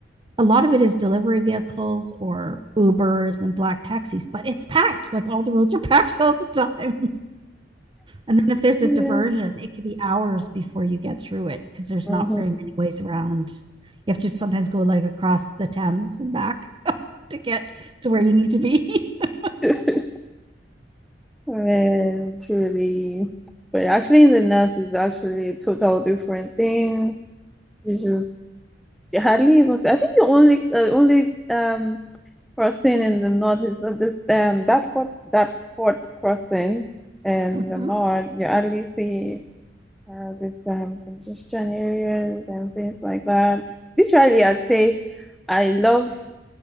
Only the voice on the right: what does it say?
a lot of it is delivery vehicles or Ubers and black taxis, but it's packed. Like all the roads are <laughs> packed all the time. And then if there's
a diversion, it could be hours before you get through it because there's
not very many ways around. You have to sometimes go like across the Thames and back to get to where you need to be. <laughs>
hmm